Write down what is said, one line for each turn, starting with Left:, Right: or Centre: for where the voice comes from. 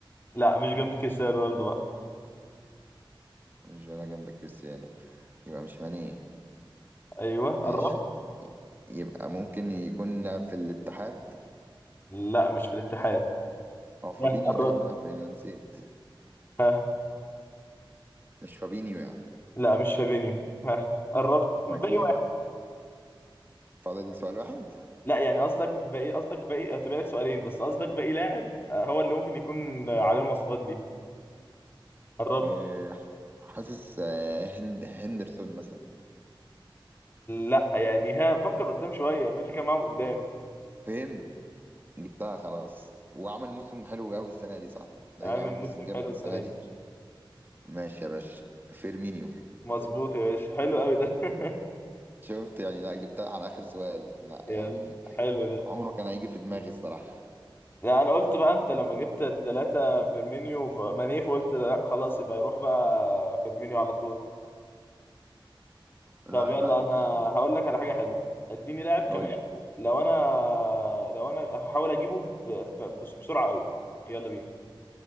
Left: لا مش جنب كريستيانو رونالدو بقى
Right: مش بيلعب جنب كريستيانو يبقى مش ماني
Left: ايوه
Right: ماشي
Left: قربت
Right: يبقى ممكن يكون لعب في الاتحاد
Left: لا مش في الاتحاد
Right: هو فابينيو
Left: ها قربت
Right: ده كان بيلعب فين انا نسيت
Left: ها
Right: مش فابينيو يعني
Left: لا مش فابينيو ها قربت باقي
Right: امال في ايه
Left: واحد
Right: بقى فاضل سؤال واحد
Left: لا يعني قصدك باقي قصدك باقي هتبقى لك سؤالين بس قصدك باقي لاعب آه، هو اللي ممكن يكون آه، عليه المواصفات دي قربت
Right: إيه حاسس آه، هند هندرسون مثلا
Left: لا يعني ها فكر قدام شويه مين اللي كان معاهم قدام
Right: فهمت جبتها خلاص وعمل موسم حلو قوي السنه دي صح ايوه
Left: عامل
Right: عمل
Left: موسم
Right: موسم جامد
Left: حلو السنه
Right: السنه دي
Left: دي
Right: ماشي يا باشا فيرمينيو
Left: مظبوط يا باشا حلو قوي ده <laughs>
Right: شفت يعني لا جبتها على اخر سؤال لا
Left: يلا
Right: يعني
Left: حلو ده
Right: عمره كان هيجي في دماغي الصراحه
Left: لا انا قلت بقى انت لما جبت التلاتة فيرمينيو فماني فقلت لا خلاص يبقى يروح بقى فيرمينيو على طول
Right: لا
Left: طب
Right: عيب
Left: يلا
Right: عليك
Left: انا
Right: يا عم
Left: هقول لك على حاجة حلوة اديني لاعب كمان
Right: قول
Left: لو انا لو انا هحاول اجيبه ب- ف- بس- بسرعة قوي يلا بينا